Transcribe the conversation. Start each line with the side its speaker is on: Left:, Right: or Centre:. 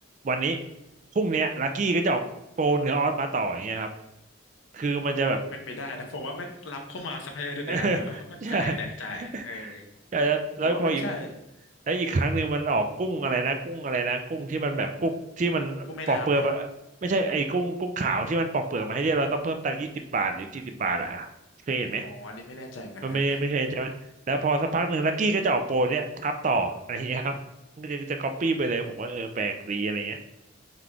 Right: วันนี้พรุ่งเนี้ยลักกี้ก็จะออกโปรเนื้อออสมาต่ออย่างเงี้ยครับคือมันจะแบบ
Left: อ๋อเป็นไปได้นะผมว่าแม่งรับเข้ามาซัพพลายเออร์เดียวกันแล้วก็เขาก็แจกแจกจ่ายเออ
Right: <laughs> ใช่ <laughs> ใช่แล้วแล้วพออีก
Left: ผมว่าไม่งใช่
Right: แล้วอีกครั้งหนึ่งมันออกกุ้งอะไรนะกุ้งอะไรนะกุ้งที่มันแบบกุ้งที่มันปอกเปลือกอะไม่ใช่ไอ้กุ้งกุ้งขาวที่มันปอกเปลือกมาให้เนี่ยเราต้องเพิ่มตังค์ยี่สิบบาทหรือสี่สิบบาทอ่ะ
Left: กู้แม่น้ำไหม
Right: เคยเห็นไหม
Left: อ๋ออันนี้ไม่แน่ใจเหมือนกันฮะ
Right: มันไม่ไม่เคยเห็นใช่ไหมแล้วพอสักพักหนึ่งลักกี้ก็จะออกโปรเนี่ยทับต่ออะไรอย่างเงี้ยครับมันก็จะจะก๊อปปี้ไปเลยผมว่าเออแปลกดีอะไรเงี้ย